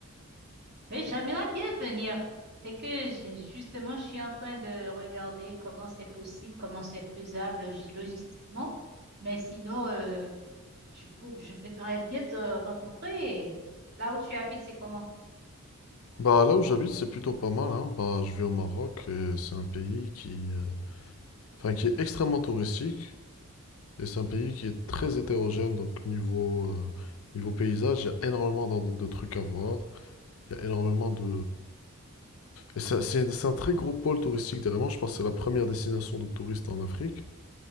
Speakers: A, on the right; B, on the left.
A: Mais j'aimerais bien venir. C'est que j'ai justement, je suis en train de regarder comment c'est possible, comment c'est faisable log- logistiquement. Mais sinon, euh, Je, pou- je voudrais bien te rencontrer. Et là où tu habites, c'est comment?
B: Bah là où j'habite, c'est plutôt pas mal, hein. Bah, je vis au Maroc et c'est un pays qui, euh, enfin, qui est extrêmement touristique et c'est un pays qui est très hétérogène. Donc niveau, euh, niveau paysage, il y a énormément d'en- de, trucs à voir. Il y a énormément de... Et c'est c'est- c'est un très gros pôle touristique derrière Je pense que c'est la première destination de touristes en Afrique.